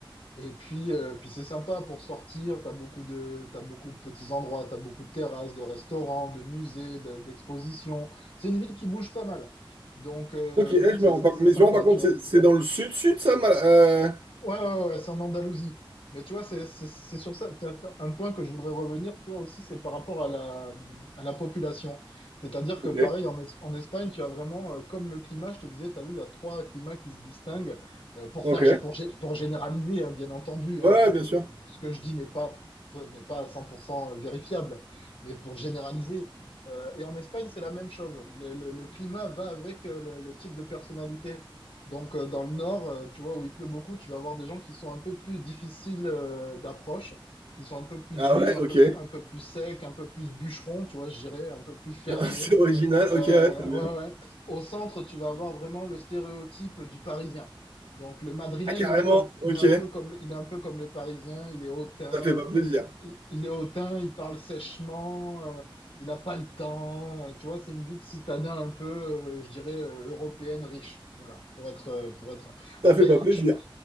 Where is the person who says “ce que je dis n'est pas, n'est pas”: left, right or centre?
Left